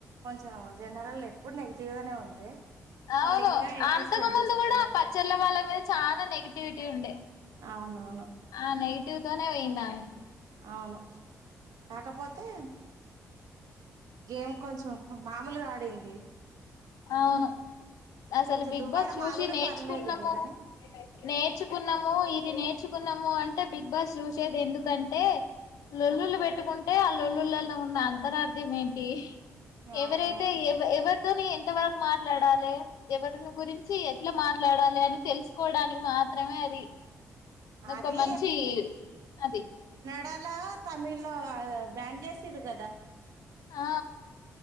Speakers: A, on the right; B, on the left.
A: కొంచెం జనరల్ ఎప్పుడు నెగిటివ్గానే ఉంది
B: అవును
A: వాళ్ళు ఇంకా ఎక్కువ
B: అంతకు
A: స్ప్రెడ్
B: ముందు
A: చేసుకుండరు
B: కూడా పచ్చళ్ళ వాళ్ళ మీద చాలా నెగిటివిటీ ఉండే
A: ఆ అవునవును
B: ఆ నెగిటివ్ తోనే పోయిందామె
A: అవును కాకపోతే గేమ్ కొంచెం మామూలుగా ఆడింది
B: ఆవును అసలు
A: కొంచెం
B: బిగ్
A: దువ్వాడ
B: బాస్ చూసి
A: మాధురి
B: నేర్చుకున్నాము
A: పర్లేదులే గాని
B: నేర్చుకున్నాము ఇది నేర్చుకున్నాము అంటే బిగ్ బాస్ చూసేది ఎందుకంటే లొల్లులు పెట్ పెట్టుకుంటే ఆలుల్లులలో ఉన్న అంతరార్ధం ఏంటి ఎవర
A: అవునవును
B: అయితే ఎ ఎవరితోనే ఎంతవరకు మాట్లాడాలి ఎవరిని గురించి మంచి ఎట్లా మాట్లాడాలి అని తెలుసుకోవడానికి మాత్రమే అది ఒక
A: అది
B: మంచి అది
A: డాల తమిళ్ లో బ్యాన్ చేసిండ్రు కదా
B: ఆ